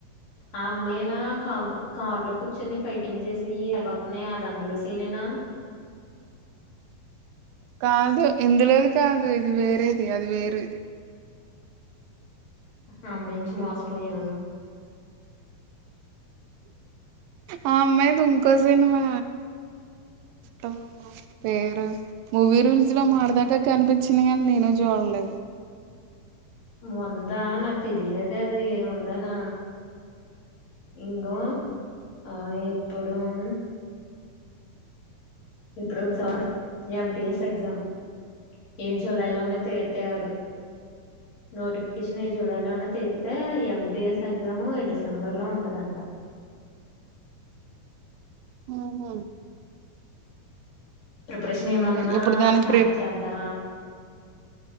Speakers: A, on the left; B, on the right.
A: ఆ అమ్మాయేనా కాబ్ కార్ లో కూర్చొని ఫైటింగ్ జేసీయి తెగవత్నాయ్ అది అందులో సీనేనా
B: కాదు ఇందులోది కాదు ఇది వేరేది అది వేరేది
A: నమ్మించి మోస పోయిన్ననవ్
B: అ అమ్మాయిది ఇంకో సినిమా తుంబా పేరు మూవీ రూల్స్ లో మొన్నడదాకా కనిపించింది కాని నేనే జూడలేదు
A: ఉందా నాకు తెలిలేదే అది ఉందాన ఇంగో ఆ ఎప్పుడుమ్ ఇప్పుడు ఎమ్టిఎస్ ఎగ్జామ్ ఏ జూలైలోనే తీత్తే ఆడు నోటిఫికేషన్ ఈ జులై లోనే తీత్తే ఎంటిఎస్ ఎగ్జాము ఈ డిసెంబర్ లో ఉంటదంట
B: మ్ హు
A: ప్రిపరేషన్ ఏమన్నా
B: ఇప్పుడు దానికి
A: స్టార్ట్
B: ప్రి
A: చేద్దా